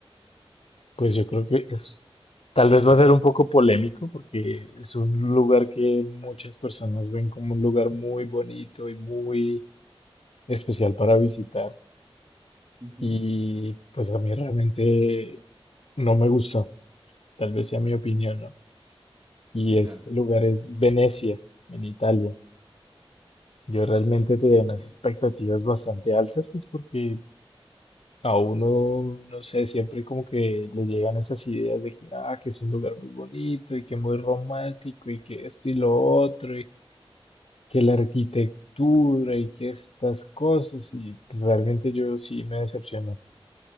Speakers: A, on the left; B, on the right.
A: Pues yo creo que es, tal vez va a ser un poco polémico porque es un lugar que muchas personas ven como un lugar muy bonito y muy especial para visitar.
B: Ujú,
A: Y pues a mí realmente no me gustó, tal vez sea mi opinión, ¿no? Y
B: Sí,
A: ese
B: claro.
A: lugar es Venecia, en Italia. Yo realmente tenía
B: Mm.
A: unas expectativas bastante altas, pues porque A uno, no sé, siempre como que le llegan esas ideas de que, ah, que es un lugar muy bonito y que muy romántico y que esto y lo otro y que la arquitectura y que estas cosas y realmente yo sí me decepcioné.